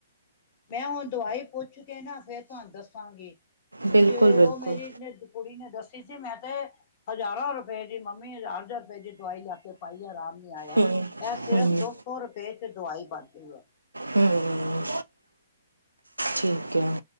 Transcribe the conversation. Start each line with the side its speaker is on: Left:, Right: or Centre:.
Left: ਐ ਹੁਣ ਦਵਾਈ ਪੁੱਛ ਤੇਨਾ ਫੇਰ ਤੁਹਾਨੂੰ ਦੱਸਾਂਗੀ
Right: ਬਿਲਕੁਲ,
Left: ਤੇ
Right: ਬਿਲਕੁਲ,
Left: ਉਹ ਮੇਰੀ ਕੁੜੀ ਨੇ ਦੱਸੀ ਸੀ ਮੈਂ ਤੇ ਹਜ਼ਾਰਾਂ ਰੁਪਏ ਦੀ ਮੰਮੀ ਹਜ਼ਾਰ ਹਜ਼ਾਰ ਰੁਪਏ ਦੀ ਦਵਾਈ ਲਾ ਕੇ ਪਾਈ ਆਰਾਮ ਆਇਆ
Right: ਹੂੰ,
Left: ਇਹ ਸਿਰਫ
Right: ਹੂੰ,
Left: ਦੋ ਸੋ ਰੁਪਏ ਚ' ਦਵਾਈ ਬਣਦੀ ਹੈ।
Right: ਹ ਠੀਕ ਹੈ।